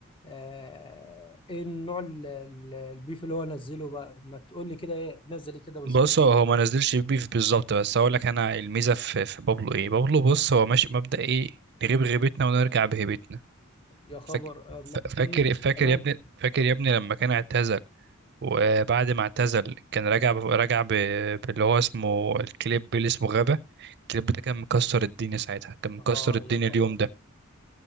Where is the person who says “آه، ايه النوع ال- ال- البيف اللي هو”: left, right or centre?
Left